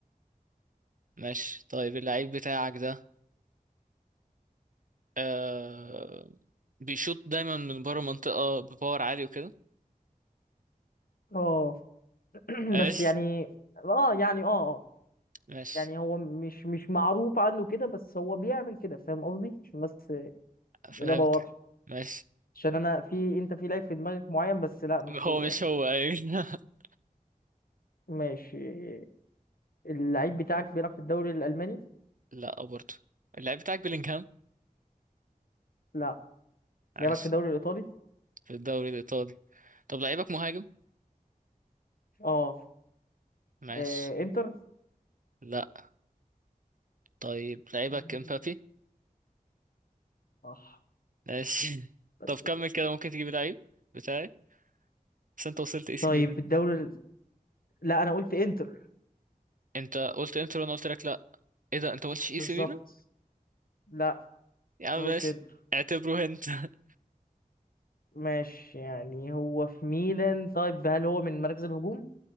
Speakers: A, on the right; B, on the left.
A: ماشي طيب اللعيب بتاعك ده آه بيشوط دايما من بره منطقة بباور عالي وكده
B: اه <clears throat>
A: ماشي
B: بس يعني اه يعني اه آه.
A: ماشي
B: يعني هو مش مش معروف عنه كده بس هو بيعمل كده فاهم قصدي عشان بس
A: فهمت
B: الإجابة واضحة
A: ماشي
B: عشان أنا في أنت في لعيب في دماغك معين بس لا مش
A: هو
B: هو
A: مش
B: يعني
A: هو ايوه <laughs>
B: ماشي اللعيب بتاعك بيلعب في الدوري الألماني
A: لا برضه اللعيب بتاعك بيلينغهام
B: لا
A: ماشي
B: لعبك في الدوري الإيطالي
A: في الدوري الإيطالي طب لعيبك مهاجم
B: اه
A: ماشي
B: آه، إنتر
A: لا طيب لعيبك
B: ماشي.
A: امبابي
B: صح
A: ماشي <laughs>
B: بس
A: طب كمل
B: كده
A: كده ممكن تجيب لعيب بتاعي بس انت وصلت اي سي
B: طيب
A: ميلان
B: الدوري ال- لا أنا قلت إنتر
A: انت قلت انتر وانا قلت لك لا ايه ده انت ما قلتش
B: بالظبط
A: اي سي ميلان
B: لا
A: يا عم
B: أنا
A: ماشي
B: قلت إنتر
A: اعتبره انت <laughs>
B: ماشي يعني هو في ميلان طيب هل هو من مراكز الهجوم